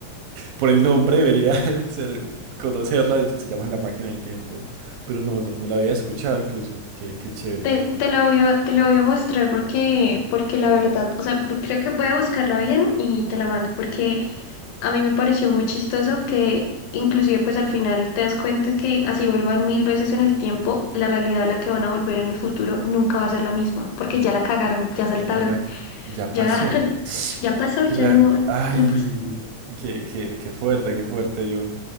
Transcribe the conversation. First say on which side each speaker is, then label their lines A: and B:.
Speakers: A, on the right; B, on the left.
A: por el nombre debería <laughs> ser, conocerla, es que se llama La Máquina del Tiempo. Pero no, no, no la había escuchado incluso. Qué, qué chévere.
B: Te,
A: Bueno,
B: te la voy a, te la voy a mostrar porque, porque la verdad, o sea, pues, creo que voy a buscarla bien y te la mando porque a mí me pareció muy chistoso que inclusive pues al final te das cuenta que así vuelvan mil veces en el tiempo, la realidad a la que van a volver en el futuro nunca va a ser la misma porque ya la cagaron, ya saltaron,
A: Ya la, ya
B: ya,
A: pasó.
B: <laughs> ya pasó,
A: Que
B: ya
A: la,
B: no,
A: ay,
B: no pasa.
A: qué, qué, qué fuerte, qué fuerte yo.